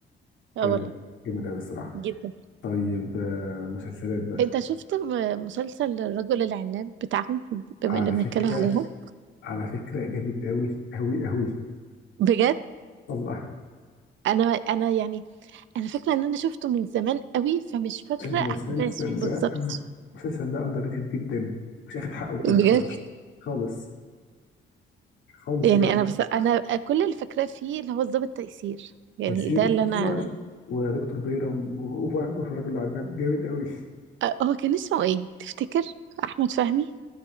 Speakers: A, on the right; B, on the left.
A: اه
B: جامد
A: والله
B: جامد قوي الصراحه
A: جدا
B: طيب آه، مسلسلات بقى
A: انت شفت م- مسلسل الرجل العناب بتاعهم بما
B: على
A: ان بنتكلم
B: فكره
A: عليهم
B: على فكره جامد قوي قوي قوي
A: بجد
B: والله
A: انا انا يعني انا فاكره ان انا شفته من زمان قوي فمش فاكره
B: المسلسل
A: احداثه بالظبط
B: ده المسلسل ده اندر ريتد جدا مش اخد حقه بجد بجد
A: بجد
B: خالص بجد؟ خالص خالص
A: يعني
B: بجد
A: انا بس انا كل اللي فاكراه فيه اللي هو الضابط تيسير يعني
B: تيسير
A: ده اللي انا
B: هو ودكتور بيرم وهو وفي الراجل العناب جامد قوي
A: أ- هو كان اسمه ايه تفتكر احمد فهمي